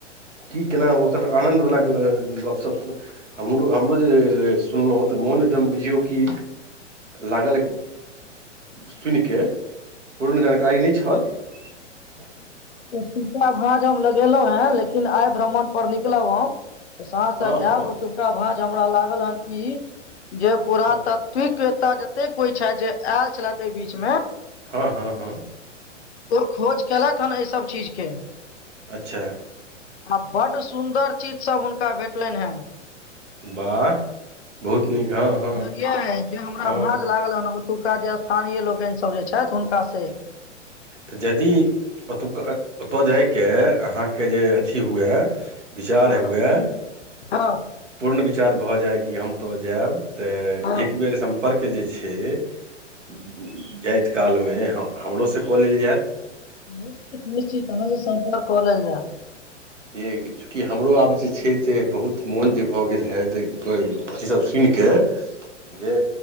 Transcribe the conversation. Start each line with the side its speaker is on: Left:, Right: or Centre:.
Right: की केना ओकर त आनन्दवला गपशप हमरो हमरो जे सुनलहुँ तऽ मोन एकदम बुझियौ कि लागल सुनि कऽ पूर्ण जानकारी नहि छल। <unintelligible>
Left: ओतूका भाँज हम लगेलहुं हें लेकिन आइ भ्रमण पर निकलब हम। <unintelligible> साँझ
Right: हँ
Left: तक
Right: हँ
Left: अएब ओतूका भाज। <unintelligible> हमरा लागल हन की। <unintelligible> जे पुरातात्विक
Right: हँ
Left: तऽ जते कोई छै जे आयल छलथि एहि बीच तमे
Right: ह- हँ- हँ। <unintelligible>
Left: ओ खोज कयेलथि हन एहिसभ चीजके। <unintelligible>
Right: अच्छा। <unintelligible>
Left: आ बड्ड सुन्दर चीजसभ हुनका भेटलनि हेँ। <unintelligible>
Right: वाह बहुत। <unintelligible> हँ
Left: जानलियै जे हमरा
Right: हँ
Left: भाँज लागल ह। <unintelligible> एतुका जे स्थानीय लोकनि सब जे छथि हुनका से। <unintelligible>
Right: तऽ यदि ओतुक्का ओतय जाय कऽ अहाँके जे अथि हुए। <unintelligible> विचार
Left: हँ
Right: हुए <unintelligible>
Left: हँ
Right: पूर्ण वि। <unintelligible> विचार भऽ जाय कि हम ओतऽ जायब। <unintelligible> तऽ
Left: हँ
Right: एक बेर सम। <unintelligible> परर्के जे छै। <unintelligible> जाइ। <unintelligible> काल मे हमरो- सब। <unintelligible> क लेल जे। <unintelligible>
Left: निश्चित, निश्चित अहाँ सँ सम्पर्क कऽ लेल जाय। <unintelligible>
Right: येइ हिचकी हमरो आबय छै। तेँ बहुत मोन जे भऽ गेल हे तय अथीसभ सुनि कऽ जे